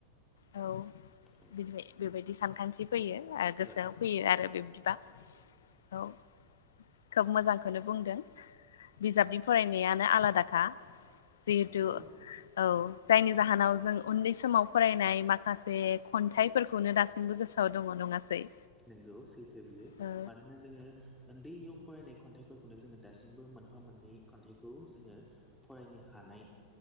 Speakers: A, on the left; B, in the centre.
A: औ
B: औ
A: बि बेबायदि सानखान्थि फैयो गोसोआव
B: औ
A: फैयो आरो बिबदिबा औ। खोब मोजांखौनो बुंदों बिजाबनि फरायनायानो आलादााखा जिहेथु
B: नंगौ
A: औ जायनि जाहोनाव जों उन्दै समाव फरायनाय माखासे खन्थाइफोरखौनो दासिमबो गोसोआव दङ नङासै?
B: नोंगौ सैथो बियो
A: औ
B: मानोना जोङो उन्दैयाव फरायनाय खन्थाइफोरखौनो जोङो दासिमबो मोनफा मोननै खन्थाइखौ जोङो फरायनो हानाय।